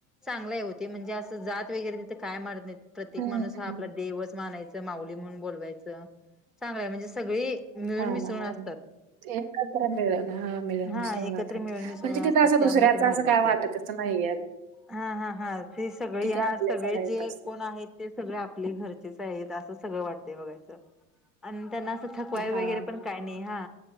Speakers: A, in the centre; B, on the right.
A: चांगलं हाय ओ ते म्हणजे असं जात वगैरे तिथं काय मानत नाहीत. प्रत्येक
B: हम्म
A: माणूस
B: हम्म
A: हा आपला देवच मानायच माउली म्हणून बोलवायचं. चांगल हाय म्हणजे सगळी मिळून
B: हा
A: मिसळून
B: ना हो
A: असतात.
B: एकत्र मिळून हा मिळून मिसळून
A: हा एकत्र
B: राहतात,
A: मिळून मिसळून
B: म्हणजे तिथं
A: असतात
B: असं
A: त्यामुळे
B: दुसऱ्याच
A: ते भारी
B: असं
A: वाटते
B: काय वाटतच नाहीयेत.
A: हा हा हा ते सगळे
B: आपलेच
A: हा सगळे
B: आहेत
A: जे
B: असं.
A: कोण आहेत. ते सगळी आपली घरचीच आहेत असं सगळं वाटतय बघा इथं. आणि त्यांना असं थकवा
B: हा
A: ही वगैरे पण काय नाही हा